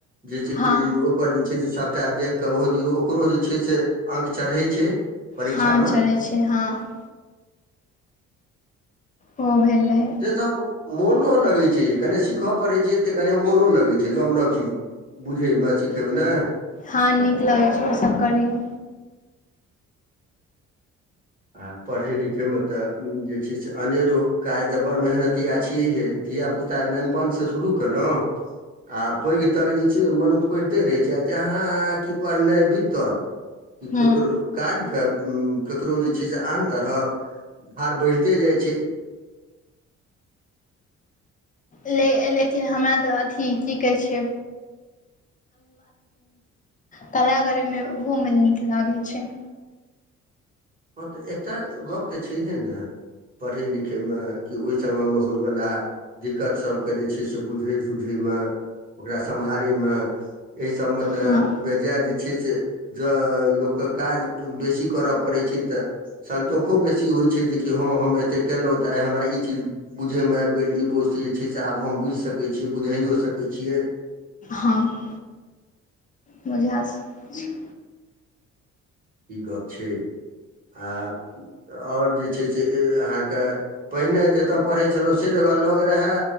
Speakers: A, on the right; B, on the left.
A: जेस
B: हँ
A: कि, पर जे छै से सभटा देख कऽ ओहो दियौ ओकरो जे छै से अंक चढ़ै छै। परीक्षामे
B: हँऽचढ़ै छै हँऽ ओ भेल रहैऽ
A: से सभ मोनो लगै छै जे कनी सीखय पड़ैत छै तऽ कनि मोनो लगैत छै नव नव चीज बुझै मे सीखै मे नय
B: हॅं नीक लगैत छै ओ सभ करै मे
A: आऽ पढ़ै लिखै मे तऽ जे छै से अनेरो काज तऽ बड़ मेहनतिया छियै हिए धिया पुता त नेनपान से शुरू केलोऊ। आ पैघ तक जे छै मनुख पढ़िते रहै छै आ जहाँ कि आहा की पढ़नाइ बीतल। कि ककरो
B: हूँ
A: काज क केकरो जे, छै से आन तरहक भार बढ़िते जाइ छै।
B: ल लेकिन हमरा तऽ अथी की कहै छै। कला करैमे ओहुँमे नीक लागै छै।
A: हँ तऽ एकटा गप तऽ छैहि ऐन। पढ़य लिखयमे कि ओहि समयमे होयवला, दिक्कत सभकेँ जे छै से बुझै सुूझयमे ओकर समहारे में। ऐ सभमे तऽ
B: हँ
A: बेजाय जे छै से, ज लोकके काज बेसी करय पड़ैत छै। तऽ सतोषो बेसी होइ छै जेकि हँ हम एतेक केलहुँ तऽ आइ हमरा ई चीज, बुझयमे आबि गेल ई बोस्त जे छै से आब हम बुझि सकैत छियै बुझाइयो सकैत छियै।
B: हँऽ बुझा सकै छी
A: ई गप छै आ ओर जे छै से अहाँक, पहिने जतय पढ़ै छलहुँ से जगह लग रहय